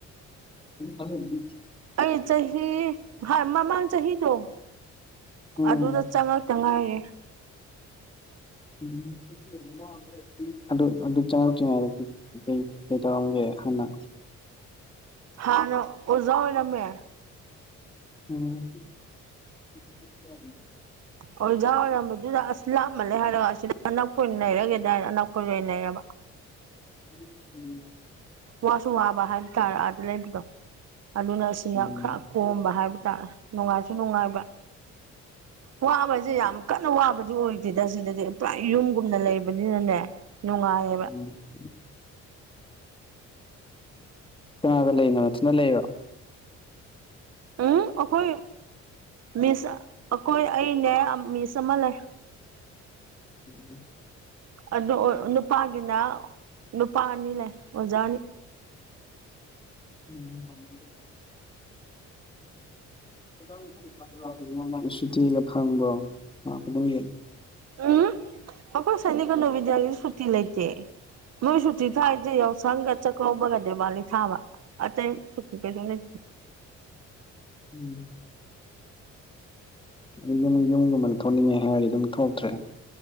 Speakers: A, on the left; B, on the right.
A: ꯑꯣꯏꯕ
B: ꯑꯩ ꯆꯍꯤ ꯃꯃꯥꯡ ꯆꯍꯤꯗꯣ
A: ꯎꯝ
B: ꯑꯗꯨꯗ ꯆꯪꯉꯛꯇ ꯉꯥꯏꯔꯦ
A: ꯎꯝ ꯑꯗꯨ ꯑꯗꯨ ꯆꯪꯉꯛꯇ꯭ꯔꯤꯉꯩꯗꯗꯤ ꯀꯩ ꯀꯩ ꯇꯧꯔꯝꯒꯦ ꯍꯥꯟꯅ
B: ꯍꯥꯟꯅ ꯑꯣꯖꯥ ꯑꯣꯏꯔꯝꯃꯦ
A: ꯎꯝ <inaudible>
B: ꯑꯣꯖꯥ ꯑꯣꯏꯔꯝꯕꯗꯨꯗ ꯑꯁ ꯂꯥꯞꯃꯜꯂꯦ ꯍꯥꯏꯔꯒ ꯑꯁꯤꯗ ꯑꯅꯛꯄ ꯑꯣꯏꯅ ꯂꯩꯔꯒꯦꯗꯥꯅ ꯑꯅꯛꯄꯗ ꯑꯣꯏꯅ ꯂꯩꯔꯕ
A: <inaudible>
B: ꯋꯥꯁꯨ ꯋꯥꯕ ꯍꯥꯏꯕ ꯇꯥꯔꯦ ꯑꯥꯗ ꯂꯩꯕꯗꯣ ꯑꯗꯨꯅ ꯑꯁꯤꯅ
A: ꯎꯝ
B: ꯈꯔ ꯀꯣꯝꯕ ꯍꯥꯏꯕ ꯇꯥꯔꯦ ꯅꯨꯡꯉꯥꯏꯁꯨ ꯅꯨꯡꯉꯥꯏꯕ ꯋꯥꯕꯖꯦ ꯌꯥꯝ ꯀꯟꯅ ꯋꯥꯕꯗꯨ ꯑꯣꯏꯗꯦꯗ ꯁꯤꯗꯗꯤ ꯄꯨꯔꯥ ꯌꯨꯝꯒꯨꯝꯅ ꯂꯩꯕꯅꯤꯅꯅꯦ ꯅꯨꯡꯉꯥꯏ
A: <unintelligible> ꯀꯅꯥꯒ ꯂꯩꯅꯣ ꯅꯊꯟꯇ ꯂꯩꯔꯣ
B: ꯎꯝ ꯑꯩꯈꯣꯏ ꯃꯤꯁ ꯑꯩꯈꯣꯏ ꯑꯩꯅꯦ ꯃꯤꯁ ꯑꯃ ꯂꯩ
A: <inaudible>
B: ꯑꯗꯣ ꯅꯨꯄꯥꯒꯤꯅ ꯅꯨꯄꯥ ꯑꯅꯤ ꯂꯩ ꯑꯣꯖꯥ ꯑꯅꯤ
A: ꯎꯝ <unintelligible> <unintelligible> ꯁꯨꯇꯤꯒ ꯐꯪꯕ꯭ꯔꯣ ꯊꯥ ꯈꯨꯗꯤꯡꯒꯤ
B: ꯎꯝ ꯑꯩꯈꯣꯏ ꯁꯥꯏꯅꯤꯛꯒ ꯅꯚꯣꯗꯌꯥꯒꯤꯗꯤ ꯁꯨꯇꯤ ꯂꯩꯇꯦ ꯃꯣꯏ ꯁꯨꯇꯤ ꯊꯥꯏꯖꯦ ꯌꯥꯎꯁꯪꯒ ꯆꯥꯛꯀꯧꯕꯒ ꯗꯤꯋꯥꯂꯤ ꯊꯥꯕ ꯑꯇꯩ ꯁꯨꯇꯤ ꯀꯩꯅꯣ ꯂꯩꯇꯦ
A: ꯎꯝ ꯑꯗꯨ ꯌꯨꯝ ꯌꯨꯝꯒꯨꯝꯕꯗ ꯊꯣꯛꯅꯤꯡꯉꯦ ꯍꯥꯏꯔꯗꯤ ꯑꯗꯨꯝ ꯊꯣꯛꯇ꯭ꯔꯦ